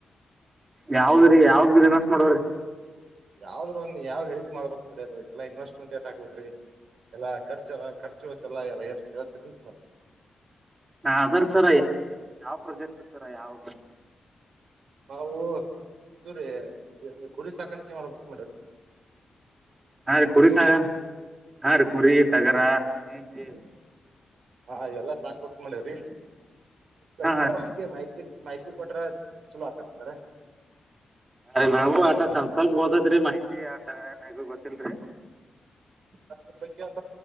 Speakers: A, on the right; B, on the right.
A: ಯಾವುದ್ರೀ ಯಾವ್ ಬಿಸನಸ್ ಮಾಡವ್ರೀ
B: ಯಾವ್ದ್ ಯಾವ ಹ ಹೇಳದ ಮಾಡ್ಬೇಕಕ್ ಮಾಡಿರದಕ್ಕೆಲ್ಲ ಇನ್ವೆಸ್ಟ್ ಎಲ್ಲಾ ಖರ್ಚ ಎಲ್ಲ ಖರ್ಚು ಎಲ್ಲತ್ರಿಂತಲ್
A: ಹಾ ಅದ್ರ ಸರ ಯಾವ್ದ್ರೀ ಯಾವ್ ಪ್ರೊಜೆಕ್ಟ್ ರ ಸರ ಯಾವ್
B: ನಾವು ದೂರಿ ಕುರಿ ಸಾಕಾಣಿಕೆ ಮಾಡ್ಬೇಕ
A: ಹಾ ರೀ ಕುರಿಸಾಗಣ್ ಹಾ ರೀ ಕುರಿ ಟಗರು ಮೇಕೆ
B: ಹಾ ಇವೆಲ್ಲ ಸಾಕ್ ಕೊತ್ ಮಾಡ್ಯವ್ರಿ ಸ್ವಲ್ಪ್ರಮಗೆ
A: ಹಾ ಹಾ
B: ಮಾಹಿತಿ ಮಾಹಿತಿ ಕೊಟ್ರ <unintelligible> ಆಕತತಾರೆ
A: ಅದೇ ನಾವು ಆಟ ಸ್ವಲ್ಪ ಸ್ವಲ್ಪ ಗೊತೆತ್ರಿ ಮಾಹಿತಿ. <unintelligible> ನಂಗು ಗೊತ್ತಲ್ರಿ.
B: ಅದ್ರ ಬಗ್ಗೆ ಒಂದ್